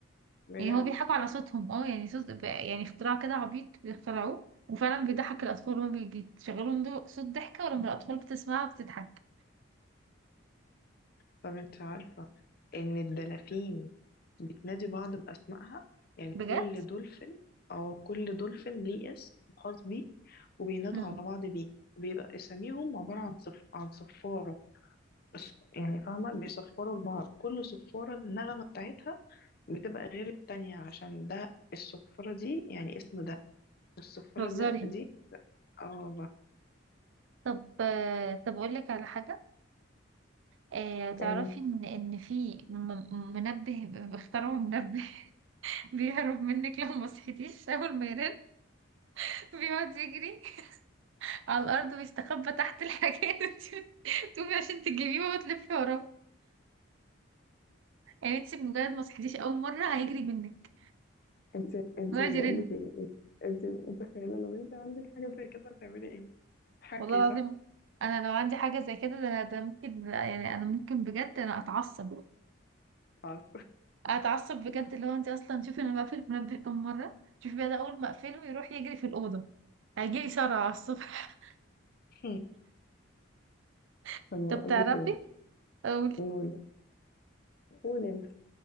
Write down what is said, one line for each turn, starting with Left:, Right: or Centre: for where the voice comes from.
Left: بجد
Right: يعني هو بيضحكوا على صوتهم اه يعني صوت ب- يعني اختراع كده عبيط بيخترعوه وفعلا بيضحك الأطفال لما بي- بيشغلهم دو- صوت ضحكة ولما الأطفال بتسمعها بتضحك
Left: طب انت عارفه ان الدلافين بتنادي بعض باسمائها يعني
Right: بجد؟
Left: كل دولفين اه كل دولفين ليه اسم خاص بيه وبينادوا
Right: مم.
Left: على بعض بيه وبيبقى اساميهم عباره عن صف عن صفاره بس يعني فاهمه بيصفروا لبعض كل صفاره النغمه بتاعتها بتبقى غير التانية عشان ده الصفاره دي يعني اسم ده الصفاره
Right: بتهزري
Left: ده دي اه والله
Right: طب آه، طب أقول لك على حاجة آه، تعرفي
Left: إيه
Right: إن إن في م- منبه ب- اخترعوا منبه <laughs> بيهرب منك لو ما صحيتيش أول ما يرن <laughs> بيقعد يجري على الأرض ويستخبى تحت الحاجات <laughs> تقومي عشان تجيبيه وتلفي وراه يعني انت بمجرد ما صحيتيش أول مرة هيجري منك
Left: انت انت
Right: ويقعد
Left: بقول
Right: يرن
Left: لك ايه انت متخيله لو انت عندك حاجه زي كده هتعملي ايه حكي
Right: والله العظيم
Left: صح
Right: انا لو عندي حاجه زي كده ده انا ده ممكن يعني انا ممكن بجد انا اتعصب
Left: خلاص
Right: اتعصب بجد اللي هو انت اصلا شوفي انا بقفل المنبه كم مره شوفي بقى ده اول ما اقفله يروح يجري في الاوضه هيجيلي صرع على الصبح
Left: <laughs>
Right: <laughs>
Left: طب بقول
Right: طب تعرفي
Left: لك ايه
Right: اقول
Left: نقول قول انت